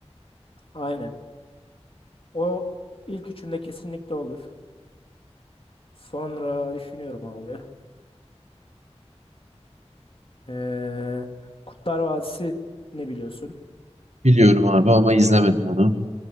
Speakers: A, on the left; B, on the right.
A: Aynen. O ilk üçümde kesinlikle olur. Sonra düşünüyorum abi. Ee, Kurtlar Vadisi ne biliyorsun?
B: Biliyorum abi ama izlemedim onu.